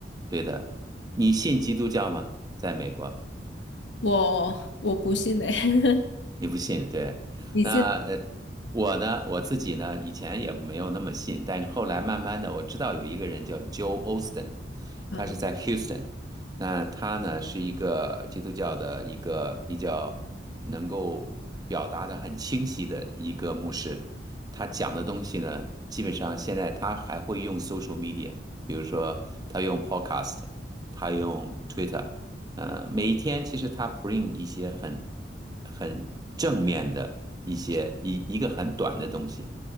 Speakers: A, on the right; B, on the left.
A: 对的。你信基督教吗？在美国？
B: 我我不信呢、<laughs>
A: 你不信，对？
B: 你信？
A: 那呃，我呢，我自己呢，以前也没有那么信，但是后来慢慢的，我知道有一个人叫 Joe Osteen，
B: 嗯。
A: 他是在 Houston，那他呢是一个基督教的一个比较能够表达的很清晰的一个牧师，他讲的东西呢，基本上现在他还会用 social media，比如说他用 podcast，他用 Twitter。呃，每一天其实它 bring 一些很很正面的一些一一个很短的东西，